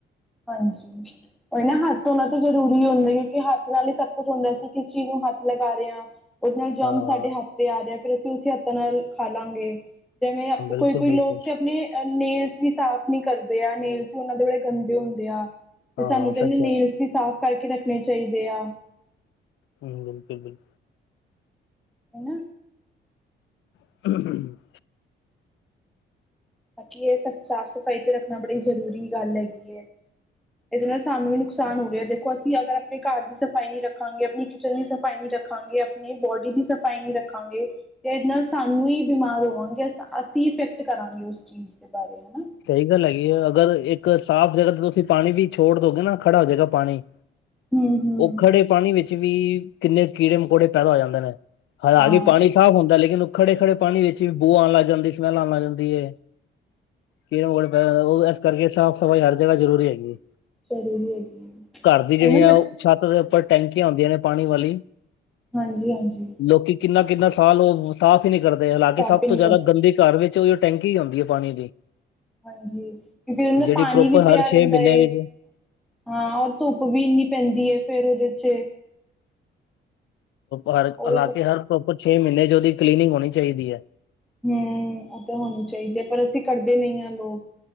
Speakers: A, in the centre; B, on the left.
A: ਹਾਂਜੀ ਏ ਨਾ ਹੱਥ ਧੋਣਾ ਤਾਂ ਜ਼ਰੂਰੀ ਹੁੰਦਾ ਕਿਉਂਕਿ ਹੱਥ ਨਾਲ ਹੀ ਸਭ ਕੁਛ ਹੁੰਦਾ ਸੀ ਕਿਸੀ ਚੀਜ਼ ਨੂੰ ਹੱਥ ਲਗਾ ਰਏ ਆਂ। ਉਦੇ ਨਾਲ ਜੰਮ
B: ਹਾਂ
A: ਸਾਡੇ ਹੱਥ ਤੇ ਆ ਰਿਆ ਫੇਰ ਅਸੀਂ ਉਸੇ ਹੱਥਾਂ ਨਾਲ ਖਾ ਲਾਂਗੇ। ਜਿਵੇਂ
B: ਬਿਲਕੁਲ
A: ਕੋਈ-ਕੋਈ
B: ਬਿਲਕੁਲ
A: ਲੋਕ ਤੇ ਅਪਣੇ ਏ ਨੇਲਸ ਵੀ ਸਾਫ਼ ਨਈ ਕਰਦੇ ਆ ਨੇਲਸ ਵੀ ਉਨਾਂ ਦੇ ਬੜੇ ਗੰਦੇ ਹੁੰਦੇ ਆ। ਤੇ
B: ਹਾਂ
A: ਸਾਨੂੰ ਕੈਂਦੇ
B: ਸੱਚ
A: ਨੇਲਸ
B: ਹੈ
A: ਵੀ ਸਾਫ਼ ਕਰਕੇ ਰੱਖਣੇ ਚਾਈਦੇ ਆ।
B: ਹੂੰ ਬਿਲਕੁਲ-ਬਿਲਕਲ
A: ਹਨਾ।
B: <unintelligible>
A: ਬਾਕੀ ਇਹ ਸਬ ਸਾਫ਼ ਸਫ਼ਾਈ ਤੇ ਰੱਖਣਾ ਬੜੀ ਜ਼ਰੂਰੀ ਗੱਲ ਹੈਗੀ ਹੈ, ਇਹਦੇ ਨਾਲ ਸਾਨੂੰ ਵੀ ਨੁਕਸਾਨ ਹੋਗਿਆ ਦੇ ਦੇਖੋ ਅਸੀਂ ਅਗਰ ਆਪਣੇ ਘਰ ਦੀ ਸਫ਼ਾਈ ਨੀ ਰੱਖਾਂਗੇ, ਆਪਣੀ ਕਿਚਨ ਦੀ ਸਫ਼ਾਈ ਨੀ ਰੱਖਾਗੇ, ਆਪਣੇ ਬੋਡੀ ਦੀ ਸਫ਼ਾਈ ਸਫਾਈ ਨਹੀਂ ਰੱਖਾਂਗੇ ਤੇ ਇਹਦੇ ਨਾਲ ਸਾਨੂੰ ਹੀ ਬਿਮਾਰ ਹੋਵਾਂਗੇ ਅ ਅਸੀਂ ਇਫੈਕਟ ਕਰਾਂਗੇ ਉਸ ਚੀਜ਼ ਦੇ ਬਾਰੇ ਹਨਾ।
B: ਸਹੀ ਗੱਲ ਹੈਗੀ ਹੈ, ਅਗਰ ਇੱਕ ਸਾਫ਼ ਜਗ੍ਹਾ ਤੇ ਤੁਸੀਂ ਪਾਣੀ ਵੀ ਛੋੜ ਦੋਗੇ ਨਾ ਖੜਾ ਹੋਜੇ ਗਾ ਪਾਣੀ।
A: ਹਮ ਹਮ
B: ਔਹ ਖੜੇ ਪਾਣੀ ਵਿੱਚ ਵੀ ਕਿੰਨੇ ਕੀੜੇ ਮਕੌੜੇ ਪੈਦਾ ਹੋ ਜਾਂਦੇ ਨੇ, ਹਾਲਾਂਕਿ
A: ਹਾਂ
B: ਪਾਣੀ ਸਾਫ ਹੁੰਦਾ ਲੇਕਿਨ ਉਹ ਖੜੇ-ਖੜੇ ਪਾਣੀ ਵਿੱਚ ਵੀ ਬੋਅ ਆ ਲੱਗ ਜਾਂਦੀ ਏ ਸਮੈਲ ਆ ਲੱਗ ਜਾਂਦੀ ਏ। ਕੀ ਹੋਰ ਅ ਓ ਇਸ ਕਰਕੇ ਸਾਫ਼ ਸਫ਼ਾਈ ਹਰ ਜਗਾ ਜਰੂਰੀ ਹੈਗੀ ਏ।
A: ਜ਼ਰੂਰੀ ਹੈਗੀ ਹੈ
B: ਘਰ ਦੀ ਜਿਹੜੀਆ
A: ਉਹੀ ਨਾ ਮੈਂ
B: ਉਹ ਛੱਤ ਦੇ ਉੱਪਰ ਟੈਂਕੀਆਂ ਹੁੰਦੀਆਂ ਨੇ ਪਾਣੀ ਵਾਲੀ
A: ਹਾਂਜੀ-ਹਾਂਜੀ।
B: ਲੋਕੀ ਕਿੰਨਾ-ਕਿੰਨਾ ਸਾਲ ਉਹ ਸਾਫ਼ ਹੀ ਨਹੀਂ ਕਰਦੇ, ਹਾਲਾਂਕਿ
A: ਸਾਫ਼
B: ਸਭ
A: ਹੀ ਨਹੀਂ
B: ਤੋਂ ਜ਼ਿਆਦਾ
A: ਕਰਦੇ
B: ਗੰਦੀ ਘਰ ਵਿੱਚ ਉਹ ਟੈਂਕੀ ਹੀ ਹੋਂਦੀ ਏ ਪਾਣੀ ਦੀ।
A: ਹਾਂਜੀ, ਕਿਉਂਕਿ ਉਹ ਦਾ
B: ਜਿਹੜੀ
A: ਪਾਣੀ
B: ਪ੍ਰੋਪਰ
A: ਵੀ ਪਿਆ
B: ਹਰ
A: ਰਹਿੰਦਾ
B: ਛੇ ਮਹੀਨੇ
A: ਏ,
B: ਵਿੱਚ
A: ਹਾਂ ਔਰ ਧੁੱਪ ਵੀ ਇੰਨੀ ਪੈਂਦੀ ਹੈ ਫੇਰ ਉਹਦੇ ਚ
B: ਹਰ ਇਲਾਕੇ
A: ਉਹੀ ਸਭ
B: ਹਰ ਪ੍ਰਪਰ ਛੇ ਮਹੀਨੇ ਚ ਉਹਦੀ ਕਲੀਨਿੰਗ ਹੋਣੀ ਚਾਹੀਦੀ ਐ।
A: ਹੂੰ, ਓਹ ਤਾਂ ਹੋਣੀ ਚਾਹੀਦੀ ਹੈ, ਪਰ ਅਸੀਂ ਕਰਦੇ ਨਹੀਂ ਹਾਂ ਲੋਕ